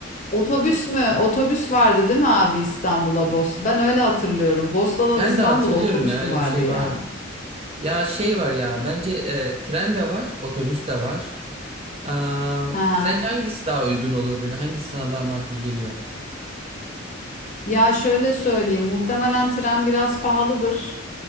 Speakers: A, on the left; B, on the right.
A: Otobüs mü? Otobüs vardı değil mi abi İstanbul'a Bos? Ben öyle hatırlıyorum. Bosna'dan
B: Ben
A: İstanbul'a
B: de hatırlıyorum
A: otobüs
B: ya öyle
A: mü vardı
B: bir şey
A: ya?
B: var. Ya şey var ya bence e, tren de var, otobüs de var. Aa,
A: Hı hı.
B: sence hangisi daha uygun olur böyle? Hangisi sana daha makul geliyor?
A: Ya şöyle söyleyeyim, muhtemelen tren biraz pahalıdır.